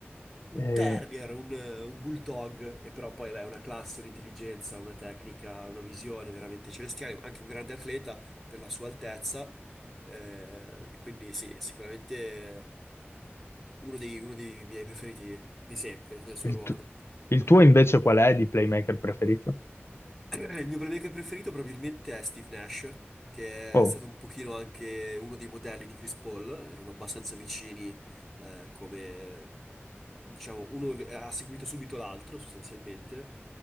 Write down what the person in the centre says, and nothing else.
un
terrier, un, eh, un bulldog. E però poi, beh, una classe, un'intelligenza, una tecnica, una visione veramente celestiale. Anche un grande atleta per la sua altezza. Eh, e quindi sì, sicuramente uno dei, uno dei miei preferiti di sempre nel suo
ruolo.
Eh, Il mio playmaker preferito probabilmente è Steve Nash, che
è stato un pochino anche uno dei modelli di Chris Paul, erano abbastanza vicini, eh, come diciamo, uno ve- ha seguito subito l'altro sostanzialmente.